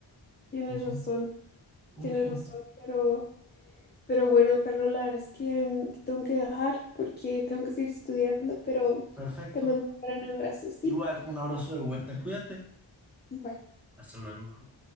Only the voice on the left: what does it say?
tienes
razón,
tienes razón, pero... Pero bueno, Carlos, la verdad es que mm, te tengo que dejar porque tengo que seguir estudiando, pero
te mando un gran abrazo, ¿sí?
Igual.